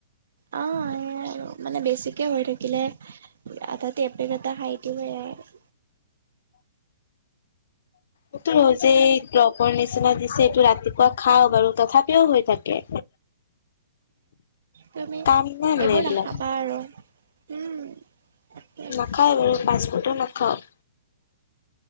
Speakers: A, on the right; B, on the left.
A: অ এয়াই আৰু মানে বেছিকে হৈ থাকিলে আধাতে এপেক এটা খাই <unintelligible>
B: এইতো যে দ্ৰপৰ নিচিনা দিছে এইটো ৰাতিপুৱা খাও বাৰু তথাপি তথাপিও হৈ থাকে
A: তুমি
B: কাম নাই
A: এইবোৰ
B: মানে এইবিলাক
A: নাখাবা আৰু উম তাকে
B: নাখাই বাৰু ফাৰ্ষ্ট ফুডো নাখাঁও